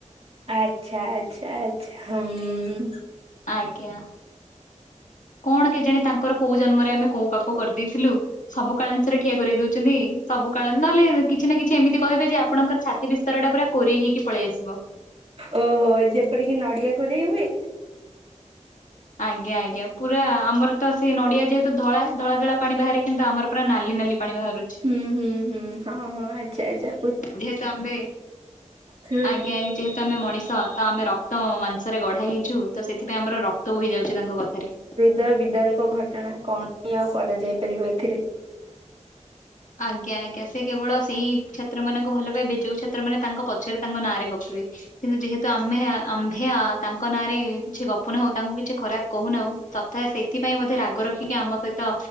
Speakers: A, on the right (about 50°); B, on the left (about 80°).
A: ଆଚ୍ଛା ଆଚ୍ଛା ଆଚ୍ଛା ହଁମ୍ ମୁଁ।
B: ଆଜ୍ଞା କଣ କେଜାଣି ତାଙ୍କର କୋଉ ଜନ୍ମରେ ଆମେ କୋଉ ପାପ କରିଦେଇଥିଲୁ! ସବୁ କଳଞ୍ଚରେ ଠିଆ କରି ଦଉଚନ୍ତି, ସବୁ କାଳ ନହେଲେ କିଛି ନା କିଛି ଏମିତି କହିବେ ଯେ ଆପଣଙ୍କର ଛତି ସେ ବିସ୍ତାର ଟା ପୁର କୋରେଇ ହେଇକି ପଳେଇ ଆସିବ।
A: ଓହୋ ଯେପରିକି ନଡିଆ କୋରେଇ ହୁଏ!
B: ଆଜ୍ଞା ଆଜ୍ଞା ପୁରା ଆମର ତ ସେ ନଡିଆ ଯେହେତୁ ଧଳା ଧଳା ଧଳା ପାଣି ବାହାରେ, କିନ୍ତୁ ଆମର ପୁରା ନାଲି ନାଲି ପାଣି ବାହାରୁଛି।
A: ହୁଁ ହୁଁ ହୁଁ ହଁ ହଁ ଆଚ୍ଛା ଆଚା।
B: ଯେହେତୁ ଆମ୍ବେ
A: ହୁଁ।
B: ଆଜ୍ଞା ଇଞ୍ଚ ଯେହେତୁ ଆମେ ମଣିଷ ତ ଆମେ ରକ୍ତ ମାଂ ମାଂସରେ ଗଢାହେଇଚୁ ତ ସେଥିପାଇଁ ଆମର ରକ୍ତ ବୋହିଯାଉଚି ତାଙ୍କ କଥାରେ!
A: ହୃଦୟ ବିଦାରକ ଘଟ କଣା କଣ ପି ଆଉ କରାଯାଇ ପାରିବ ଏଥିରେ!
B: ଆଜ୍ଞା ଆଜ୍ଞା ସେ କେବଳ ସେଇ ଛାତ୍ର ମାନଙ୍କୁ ଭଲ ପାଇବେ ଯୋଉ ଛାତ୍ର ମାନେ ତାଙ୍କ ପଛରେ ତାଙ୍କ ନାଁରେ ଗପିବେ। କିନ୍ତୁ ଯେହେତୁ ଆମେ ଆମ୍ଭେଆ ତାଙ୍କ ନାଁରେ କିଛି ଗପୁ ନାହୁଁ ତାଙ୍କୁ କିଚି ଖରାପ କହୁନାହୁଁ ତଥା ସେଏଥି ପାଇଁ ବୋଧେ ରାଗ ରଖିକି ଆମ ସହିତ ତ